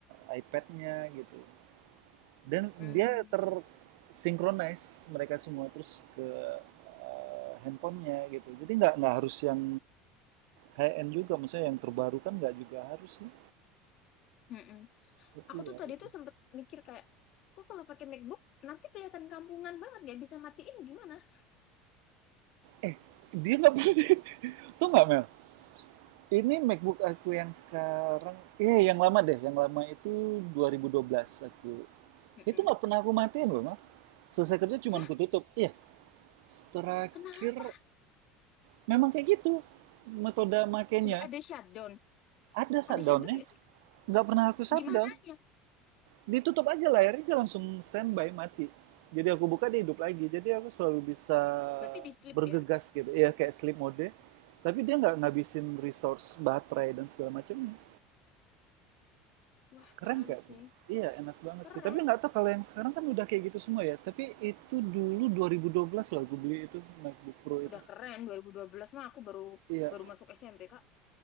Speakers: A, on the right (about 75°); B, on the left (about 40°).
A: iPad-nya gitu. Dan
B: Hmm.
A: dia ter-synchronize mereka semua, terus ke, eee, handphone-nya gitu. Jadi nggak nggak harus yang high-end juga, maksudnya yang terbaru kan nggak juga harus sih.
B: Mm-mm.
A: Tapi
B: Aku tuh
A: ya
B: tadi
A: itu.
B: tuh sempet mikir kayak, aku kalau pakai MacBook nanti kelihatan kampungan banget nggak bisa matiin gimana?
A: Eh, dia nggak pernah <laughs> tuh nggak Mel, Ini MacBook aku yang sekarang, eh yang lama deh, yang lama itu 2012 aku.
B: Mm-mm.
A: Itu nggak pernah aku matiin loh, Mak. Selesai kerja cuman
B: Hah?
A: aku tutup. Iya, terakhir
B: Kenapa?
A: memang kayak gitu metode makainya.
B: Nggak ada shutdown?
A: Ada shutdownnya,
B: Ada shutdown nggak sih?
A: nggak pernah aku shutdown.
B: Di mananya?
A: Ditutup aja layarnya, dia langsung standby, mati. Jadi aku buka, dia hidup lagi. Jadi aku selalu bisa
B: Berarti di sleep
A: bergegas
B: ya?
A: gitu. Iya kayak sleep mode, tapi dia nggak ngabisin resource baterai dan segala macamnya.
B: Wah,
A: Keren
B: keren
A: gak
B: sih.
A: tuh? Iya, enak banget
B: Keren.
A: sih. Tapi nggak tahu kalau yang sekarang kan udah kayak gitu semua ya. Tapi itu dulu 2012 loh aku beli itu MacBook Pro itu.
B: Udah keren. 2012 mah aku baru
A: Iya,
B: baru masuk SMP, Kak.